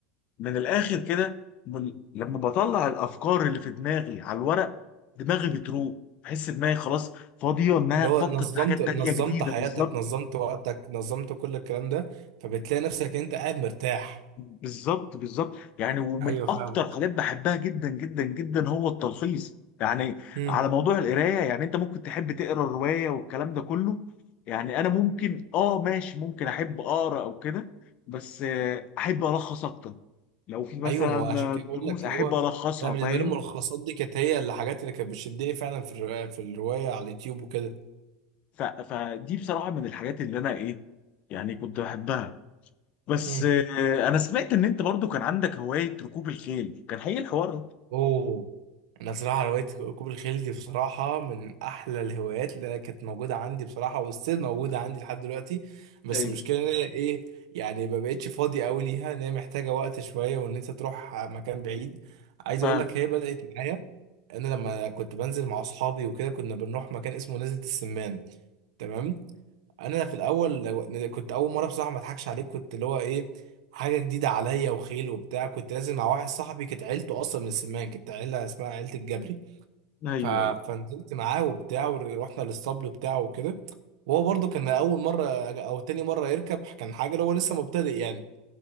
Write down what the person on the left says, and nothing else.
من الاخر كده من- لما بطلع الافكار اللي في دماغي على الورق دماغي بتروق بحس دماغي خلاص فاضيه انها
تفكر
في حاجات
تانية جديده
بالظبط
بالظبط بالظبط يعني ومن
اكتر حاجات بحبها جدا جدا جدا هو التلخيص يعني
على موضوع القرايه يعني انت ممكن تحب تقرا الروايه والكلام ده كله يعني انا ممكن اه ماشي ممكن احب اقرا او كده بس آه، احب الخص اكتر لو في مثلا
دروس
احب
الخصها
فاهم
ف... فدي بصراحه من الحاجات اللي انا ايه يعني كنت بحبها بس
آه، انا سمعت ان انت برضو كان عندك هوايه ركوب الخيل كان حقيقي الحوار ده؟
ايوه
فاهم
ايوه
ايوه